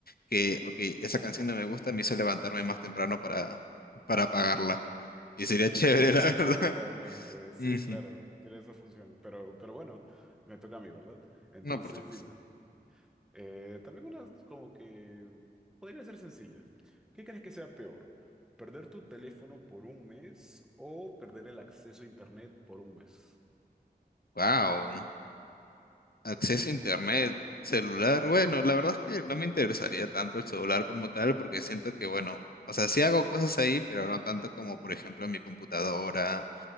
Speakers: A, on the left; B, in the centre.
A: que, ok, esa canción no me gusta, me hizo levantarme más temprano para, para apagarla. Y sería <laughs> chévere, la
B: Exactamente,
A: verdad. <laughs>
B: sí,
A: Ujú.
B: claro, tiene esa función. Pero, pero bueno, me toca a mí, ¿verdad? Entonces,
A: No, por supuesto.
B: dime, eh, también una como que podría ser sencilla. ¿Qué crees que sea peor? ¿Perder tu teléfono por un mes o perder el acceso a internet por un mes?
A: Wow, acceso
B: Ya.
A: a internet, celular. Bueno, la verdad es que no me interesaría tanto el celular como tal, porque siento que, bueno, o sea, sí hago cosas ahí, pero no tanto como, por ejemplo, en mi computadora